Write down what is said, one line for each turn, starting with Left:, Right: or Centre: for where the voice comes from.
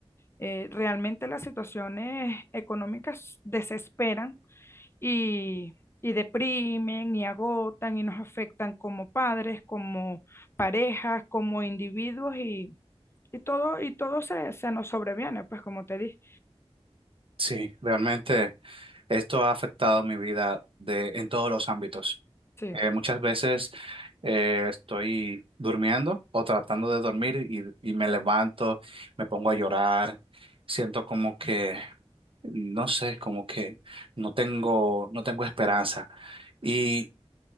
Left: eh, realmente las situaciones económicas desesperan y, y deprimen y agotan y nos afectan como padres, como parejas, como individuos y, y todo, y todo se, se nos sobreviene, pues como te dije.
Right: Sí, realmente esto ha afectado mi vida de, en todos los ámbitos.
Left: Sí,
Right: Eh, muchas veces eh, estoy durmiendo o tratando de dormir y, y me levanto, me pongo a llorar, siento como que, no sé, como que no tengo, no tengo esperanza. Y